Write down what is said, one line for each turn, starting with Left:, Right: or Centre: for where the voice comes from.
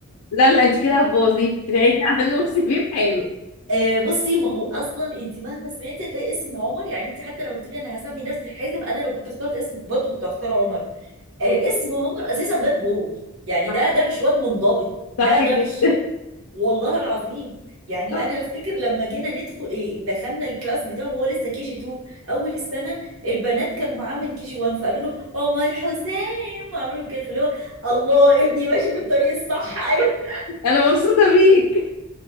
Left: لا لا انت كده هتبوظيه ابعدي عنه وسيبيه بحاله
Right: آه، بصي ما هو اصلا انت مهما سمعتي هتلاقي اسم عمر يعني انت حتى لما بتقولي انا هسمي نفسي حازم انا لو كنت اخترت اسم برضه كنت هختار عمر آه، اسم عمر اساسا باد بوي يعني
Left: صح
Right: ده ده مش واد منضبط
Left: صح
Right: ده ده
Left: جدا
Right: مش والله العظيم يعني
Left: صح
Right: انا افتكر لما جينا ندخل إيه، دخلنا الكلاس بتاعه وهو لسه كي جي 2 اول السنه البنات كانوا معاه من كي جي 1 فقالوا له عمر حسام وعملوا له كده فاللي هو الله ابني ماشي في الطريق الصح <laughs>
Left: انا مبسوطه بيك